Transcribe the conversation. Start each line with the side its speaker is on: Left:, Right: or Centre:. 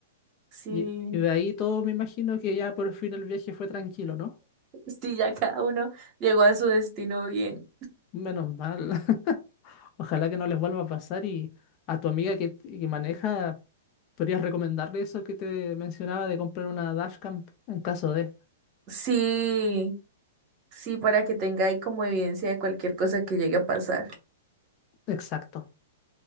Right: sí,
Left: Y, y de ahí todo me imagino que ya por fin el viaje fue tranquilo, ¿no?
Right: sí, ya cada uno llegó a su destino bien.
Left: Menos mal. <laughs> Ojalá que no les vuelva a pasar y a tu amiga que, que maneja, ¿podrías recomendarle eso que te mencionaba de comprar una dashcam en caso de?
Right: Sí, sí, para que tenga ahí como evidencia de cualquier cosa que llegue a pasar.
Left: Exacto.